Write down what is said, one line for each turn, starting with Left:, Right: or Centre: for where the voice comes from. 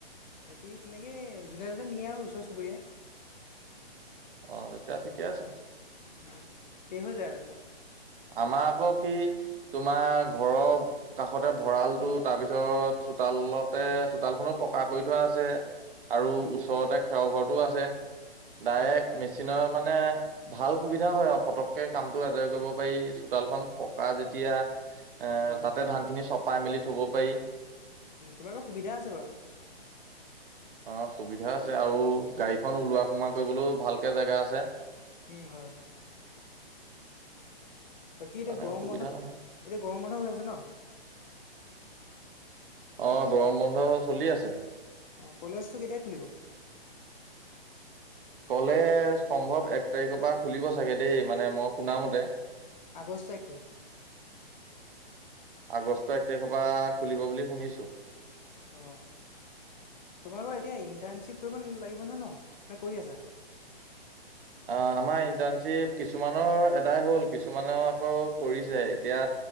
Left: বাকী তেনেকে যোনে-যোনে নিয়ে আৰু ওচৰ চুবুৰীয়াই।
Right: অ, তেতিয়া ঠিকে আছে।
Left: উম, শেষ হৈ যায়
Right: আমাৰ আকৌ কি তোমাৰ ঘৰৰ কাষতে ভঁৰালটো তাৰপিছত চোতালতে চোতালখনো পকা কৰি থোৱা আছে। আৰু
Left: উম
Right: ওচৰতে খেৰৰ ঘৰটো আছে ডাইৰেক্ট
Left: হয়
Right: মেচিনৰ মানে ভাল সুবিধা হয় আৰু ফটককে কামটো আজৰি কৰিব পাৰি চোতাল চোতালখন
Left: অ
Right: পকা যেতিয়া এ
Left: হয় হয়
Right: তাতে ধান খিনি চপাই মেলি থব পাৰি।
Left: তোমালোকৰ সুবিধা আছে বাৰু।
Right: অ, সুবিধা আছে আৰু গাড়ীখন ওলোৱা-সোমাৱা কৰিবলৈও ভালকে জেগা আছে।
Left: উম হয়, হয়। বাকী এতিয়া
Right: মানে
Left: গৰম
Right: অসুবিধা
Left: বন্ধত
Right: নহয়
Left: এতিয়া গৰম বন্ধ হৈ আছে ন?
Right: অ' গৰম বন্ধ চলি আছে।
Left: অ' কলেজটো কেতিয়া খুলিব?
Right: কলেজ সম্ভৱ এক তাৰিখৰ পৰা খুলিব চাগে দেই মানে মই শুনামতে।
Left: আগষ্টৰ এক তাৰিখ।
Right: আগষ্টৰ এক তাৰিখৰ পৰা খুলিব বুলি শুনিছো।
Left: অঁ তোমালোকৰ এতিয়া ইণ্টাৰ্ণশ্বিপ কৰিব লাগিব নহয় ন নে কৰি আছা?
Right: অ' আমাৰ ইণ্টাৰ্ণশ্বিপ কিছুমানৰ আদায় হ'ল কিছুমানে আকৌ কৰিছে এতিয়া।